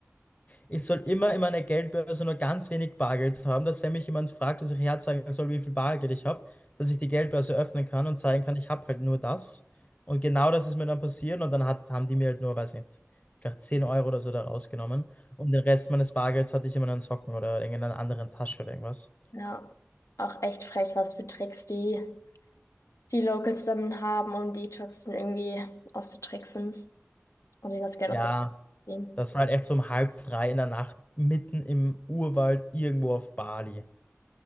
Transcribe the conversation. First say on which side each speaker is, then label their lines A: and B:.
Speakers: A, on the left (about 30°); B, on the left (about 80°).
A: ich soll immer in meiner Geldbörse nur ganz wenig Bargeld haben, dass wenn mich jemand fragt, dass ich herzeigen soll, wie viel Bargeld ich habe, dass ich die Geldbörse öffnen kann und zeigen kann, ich habe halt nur das. Und genau das ist mir dann passiert und dann hat, haben die mir halt nur, weiß nicht, vielleicht 10 Euro oder so da rausgenommen. Und den Rest meines Bargelds hatte ich immer in meinen Socken oder in einer anderen Tasche oder irgendwas.
B: ja. Auch echt frech, was für Tricks die, die Locals dann haben, um die Touristen irgendwie auszutricksen und ihnen das Geld
A: Ja,
B: auszuziehen.
A: das war halt echt so um halb drei in der Nacht, mitten im Urwald, irgendwo auf Bali.